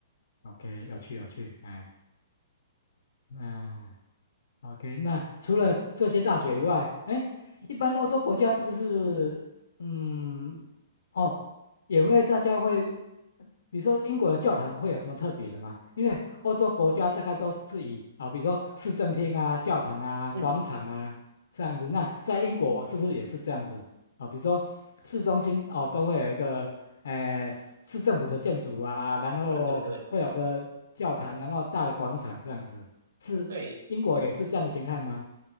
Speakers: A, on the left; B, on the right.
A: OK，有趣有趣，哎，那 OK，那除了这些大学以外，哎，一般欧洲国家是不是，嗯，哦，也会大家会，比如说英国的教堂会有什么特别的吗？因为欧洲国家大概都是以啊，比如说市政厅啊、教堂啊、
B: 嗯，
A: 广场啊这样子。那在英国是不是也是这样子啊？比如说市中心哦，都会有一个，呃，市市政府的建筑啊，然后会有个教堂，
B: 对对对
A: 然后大的广场这样子。是英国也是这样的形态吗？
B: 对，